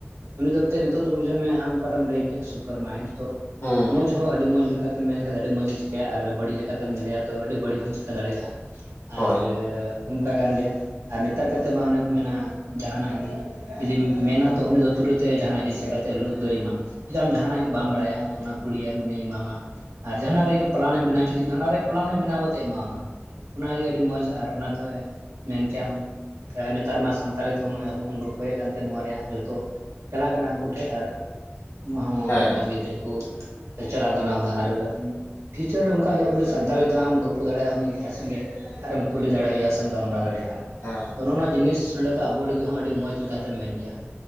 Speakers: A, on the right; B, on the left.
A: ᱩᱱᱤ ᱫᱚ ᱛᱮ ᱱᱤᱛᱚᱜ ᱜᱮ ᱵᱩᱡᱷᱟᱹᱣ ᱢᱮ ᱟᱢ ᱚᱠᱟᱴᱟᱢ ᱞᱟᱹᱭ ᱠᱮᱜ-ᱟ ᱥᱩᱯᱟᱨ ᱢᱟᱭᱤᱱᱰ ᱛ
B: ᱦᱩᱸ
A: ᱢᱚᱡᱽ ᱦᱚᱸ ᱟᱹᱰᱤ ᱢᱚᱡᱽ ᱠᱟᱛᱮᱢ ᱢᱮᱱ ᱞᱮᱠᱷᱟᱡ ᱫᱚ ᱟᱹᱰᱤ ᱢᱚᱡ ᱪᱤᱠᱟᱭᱟ ᱟᱨ ᱵᱟᱹᱲᱤᱡ ᱞᱮᱠᱟᱛᱮᱢ ᱧᱮᱞᱮᱭᱟ ᱛᱳ ᱟᱹᱰᱤ ᱵᱟᱲᱤᱡ ᱦᱚᱭ ᱪᱮᱠᱟ ᱫᱟᱲᱮᱭᱟᱜ-ᱟ᱾
B: ᱦᱳᱭ
A: ᱟᱨ ᱚᱱᱠᱟ ᱠᱟᱱ ᱜᱮᱭᱟ ᱟᱨ ᱱᱮᱛᱟᱨ ᱠᱟᱛᱮᱫ ᱢᱟ ᱚᱱᱮ ᱠᱚ ᱢᱮᱱᱟ ᱡᱟᱦᱟᱱᱟᱜ ᱜᱮ ᱡᱩᱫᱤᱢ ᱢᱮᱱᱟ ᱛᱚ ᱩᱱᱤ ᱫᱚ ᱛᱩᱨᱟᱹᱛᱮ ᱡᱟᱦᱟᱱᱟᱜ ᱜᱮ ᱪᱤᱠᱟᱛᱮ ᱞᱩᱫ ᱫᱚᱭ ᱮᱢᱟ ᱡᱩᱫᱤ ᱟᱢ ᱡᱟᱦᱟᱱᱟᱜ ᱜᱮ ᱵᱟᱢ ᱵᱟᱲᱟᱭᱟ ᱛᱚ ᱚᱱᱟ ᱠᱩᱞᱤᱭᱢ ᱩᱱᱤᱭ ᱮᱢᱟᱢᱟ ᱟᱨ ᱡᱟᱦᱟᱸᱟᱱᱟᱜ ᱨᱮᱜ ᱯᱞᱟᱱᱮᱢ ᱵᱮᱱᱟᱣᱪᱮᱫᱮ ᱠᱟᱱᱟ ᱚᱱᱟ ᱨᱮᱭᱟᱜ ᱯᱞᱟᱱ ᱦᱚᱸᱭ ᱵᱮᱱᱟᱣ ᱠᱟᱛᱮ ᱮᱢᱟᱮᱢᱟ᱾ ᱚᱱᱟᱜᱮ ᱟᱹᱰᱤ ᱢᱚᱡᱽ ᱟᱨ ᱚᱱᱟᱛᱮ ᱢᱮᱱ ᱠᱮᱭᱟᱢ ᱱᱮᱛᱟᱨ ᱢᱟ ᱥᱟᱱ ᱛᱟᱞᱮ ᱛᱮᱦᱚᱸ ᱱᱚᱜ-ᱚᱭ ᱟᱵᱩ ᱵᱩᱱ ᱜᱚᱞᱯᱷᱚᱭᱮᱫ ᱠᱟᱱᱛᱮ ᱱᱚᱣᱟ ᱨᱮᱭᱟᱜ ᱡᱚᱛᱚ ᱪᱟᱞᱟᱜ ᱠᱟᱱᱟ ᱩᱱᱠᱩ ᱴᱷᱮᱡ ᱟᱨ ᱱᱚᱣᱟ ᱦᱚᱸ
B: ᱦᱮᱸ
A: ᱢᱚᱡᱽ
B: ᱦᱮᱸ
A: ᱜᱮᱛᱮ ᱠᱚ ᱪᱟᱞᱟᱣ ᱵᱟᱱᱟᱣᱫᱟ ᱟᱨ ᱯᱷᱤᱭᱩᱪᱟᱨ ᱨᱮ ᱚᱱᱠᱟ ᱦᱩᱭᱩᱜ-ᱟ ᱵᱚᱞᱮ ᱥᱟᱱᱛᱟᱲᱤ ᱫᱚ ᱦᱟᱜ ᱮᱢ ᱜᱚᱞᱯᱚ ᱫᱲᱮᱭᱟᱜ-ᱟ ᱩᱱᱤ ᱟᱡ ᱥᱚᱸᱜᱮ᱾ ᱟᱛᱮᱢ ᱠᱩᱞᱤ ᱫᱟᱲᱮᱣᱟᱭ-ᱟ ᱥᱮᱢ ᱜᱟᱞᱢᱟᱨᱟᱣ ᱫᱟᱲᱮᱭᱟᱜ-ᱟ᱾
B: ᱦᱮᱸ,
A: ᱱᱚᱜ-ᱚ ᱱᱚᱣᱟ ᱡᱤᱱᱤᱥ ᱱᱚᱰᱮ ᱠᱷᱚᱱᱚᱡ ᱟᱵᱚ ᱞᱟᱹᱜᱤᱫ ᱦᱚᱸ ᱟᱹᱰᱤ ᱢᱚᱡᱽ ᱞᱮᱠᱟᱛᱮᱢ ᱢᱮᱱ ᱠᱮᱭᱟ᱾